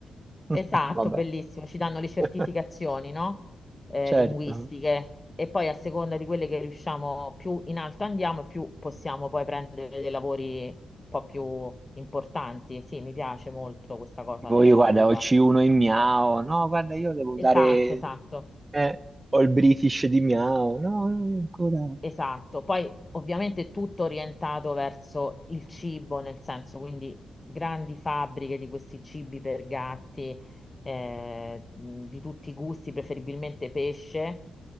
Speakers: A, on the right; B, on the left.
A: <laughs>
B: Esatto,
A: Vabbè.
B: bellissimo, ci danno le certificazioni,
A: <laughs>
B: no? Eh,
A: certo.
B: linguistiche. E poi a seconda di quelle che riusciamo, più in alto andiamo, e più possiamo poi prendere dei lavori un po' più importanti. Sì, mi piace molto questa cosa
A: Tipo
B: della
A: io
B: lingua.
A: guarda, ho il C1 in Miao, no, guarda, io devo
B: Esatto,
A: dare,
B: esatto.
A: eh, ho il British di Miao, no, no, io ancora.
B: Esatto, poi ovviamente tutto orientato verso il cibo, nel senso quindi grandi fabbriche di questi cibi per gatti eh, mh, di tutti i gusti, preferibilmente pesce.